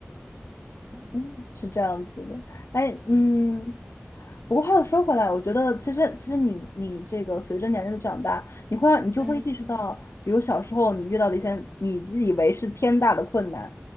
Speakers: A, on the right (about 45°); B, on the left (about 80°).
A: 嗯
B: 嗯，是这样子的。哎，
A: 嗯
B: 嗯，不过话又说回来，我觉得其实其实你你这个随着年龄的长大，你会让你就会意识到，
A: 嗯
B: 比如小时候你遇到的一些你自以为是天大的困难，